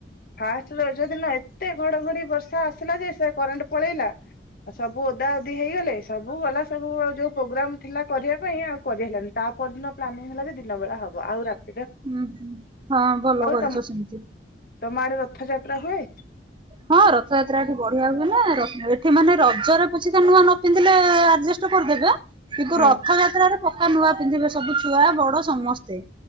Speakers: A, on the left; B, on the right.
A: ଫାଷ୍ଟେ ରଜ ଦିନ ଏତେ ଘଡଘଡି ବର୍ଷା ଆସିଲା ଯେ ସେ କରେଣ୍ଟ ପଳେଇଲା। ଆଉ ସବୁ ଓଦା ଓଦି ହେଇଗଲେ ସବୁ ଗଲା ସବୁ ଆଉ ଯୋଉ ପ୍ରୋଗ୍ରାମ ଥିଲା କରିବା ପାଇଁ ଆଉ କରିହେଲାନିହିଁ। ତା ପରଦିନ ପ୍ଲାନିଂ ହେଲା ଯେ ଦିନ ବେଳା ହବ ଆଉ ରାତି
B: ହୁଁ ହୁଁ ହଁ ଭଲ କରିଚ
A: ତମ
B: ସେମିତି।
A: ତମ ଆଡେ ରଥଯାତ୍ରା ହୁଏ?
B: ହଁ ରଥଯାତ୍ରା ଏଠି ବଢିଆ ହୁଏ ନା ଏଠି ମାନେ ରଜରେ ପଛିକା ନୂଆ ନ ପିନ୍ଧିଲେ ଆଡଯେଷ୍ଟ କରିଦେବେ କିନ୍ତୁ
A: ହଁ
B: ରଥଯାତ୍ରାରେ ପକ୍କା ନୂଆ ପିନ୍ଧିବେ ସବୁ ଛୁଆ ବଡ ସମସ୍ତେ।